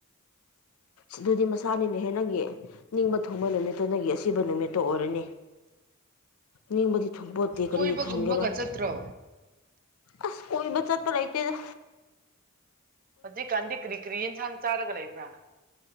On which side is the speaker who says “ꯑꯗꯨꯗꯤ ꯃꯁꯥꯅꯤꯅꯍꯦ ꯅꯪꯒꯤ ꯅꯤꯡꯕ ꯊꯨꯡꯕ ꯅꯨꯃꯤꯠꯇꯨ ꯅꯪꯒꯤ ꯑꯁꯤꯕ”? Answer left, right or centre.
Left